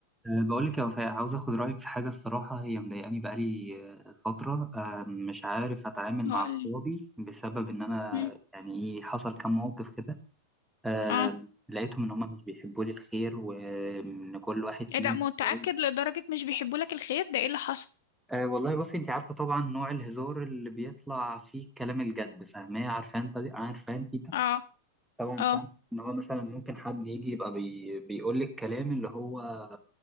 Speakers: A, in the centre; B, on the left.
A: أه، بقول لك يا وفاء عاوز اخد رايك في حاجه الصراحه هي مضايقاني بقالي أه، فتره أه، مش عارف اتعامل
B: هقولي
A: مع اصحابي بسبب ان انا
B: مم.
A: يعني إيه، حصل كام موقف كده أه،
B: اه
A: لقيتهم ان هم مش بيحبوا لي الخير وان كل واحد فيهم
B: ايه ده متأكد
A: يعني،
B: لدرجة مش بيحبوا لك الخير ده ايه اللي حصل
A: أه والله بصي انت عارفه طبعا نوع الهزار اللي بيطلع فيه كلام الجد فاهماه عارفه انت عارفه انت
B: اه
A: طبعا
B: اه
A: فاهم ان هو مثلا ممكن حد يجي يبقى بي... بيقول لك كلام اللي هو